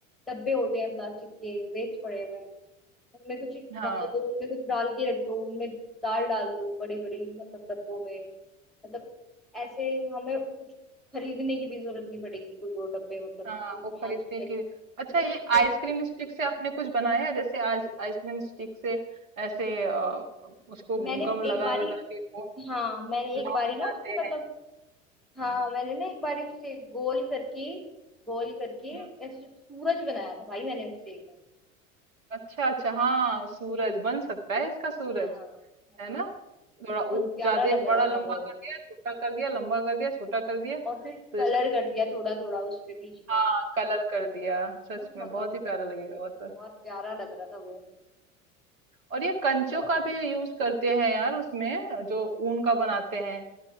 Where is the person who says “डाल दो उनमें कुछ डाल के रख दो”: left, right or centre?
Centre